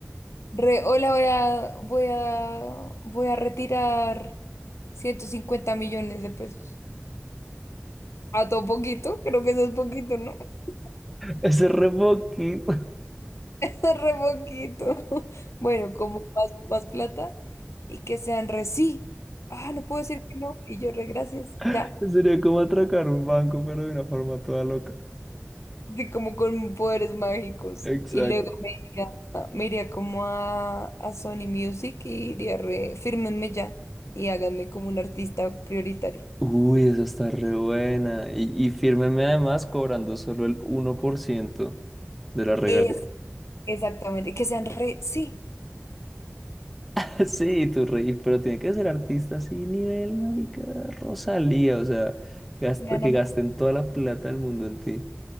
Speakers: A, on the left (about 80°); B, in the centre.
A: Re, hola, voy a, voy a, voy a retirar 150 millones de pesos. ¿A todo poquito? Creo que eso es poquito, ¿no? <laughs>
B: Ese re poquito.
A: Eso es re poquito. <laughs> Bueno, como más, más plata y que sean re sí. Ah, no puedo decir que no. Y yo re gracias. Ya.
B: <laughs> Sería como atracar un banco, pero de una forma toda loca.
A: Sí, como con poderes mágicos.
B: Exacto.
A: Y luego me iría, me iría como a, a Sony Music y iría re, fírmenme ya y háganme como un artista prioritario.
B: Uy, eso está re buena. Y, y fírmeme además cobrando solo el uno por ciento de la regalía.
A: Es exactamente, que sean re, sí,
B: <laughs> Sí, tu reí pero tiene que ser artista así, nivel, marica, Rosalía, o sea, gasta-
A: me van
B: que
A: a meter-
B: gasten toda la plata del mundo en ti.